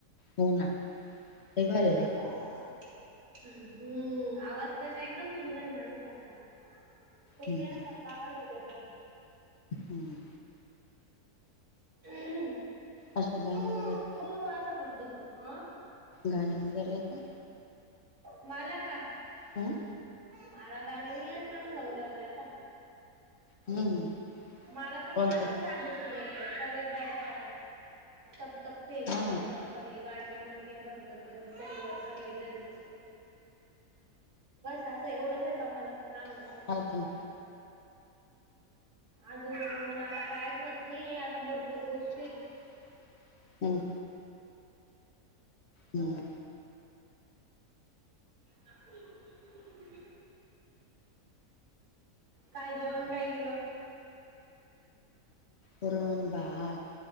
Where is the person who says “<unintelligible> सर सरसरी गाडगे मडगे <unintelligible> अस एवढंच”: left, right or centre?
Right